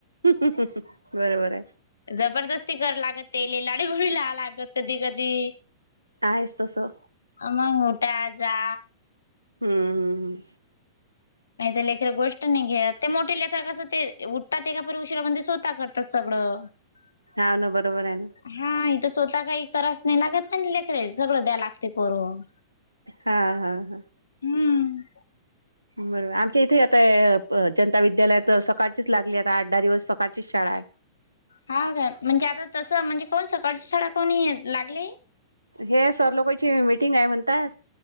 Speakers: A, on the right; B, on the left.
A: हा हा बरोबर आहे.
B: जबरदस्ती कर लागत ते ले लाडीगोळी लाहाव लागत कधी कधी.
A: आहेस तसं.
B: आ मग ए उठा जा.
A: हम्म हम्म हम्म.
B: नाही तर लेखकरक गोष्ट नाही घ्या ते मोठे लेखक कसं ते उठतात ए का प उशरा म्हणे स्वतः करतात सगळं. <unintelligible>
A: हाव ना बरोबर आहे ना.
B: हा इथं स्वतः काइ कच नाही लागत नाही लेकर सगळं द्या लागते करून.
A: हा हा हा.
B: हम्म.
A: बरोबर आमच्या इथे आता जनता विद्यालय तर सकाळचीच लागली आता आठ दहा दिवस सकाळचीच शाळा आहे.
B: हा का म्हणजे आता तसं म्हणजे कोण सकाळची शाळा कोणी लागली.
A: हे सर लोकांची मिटिंग आहे म्हणतात.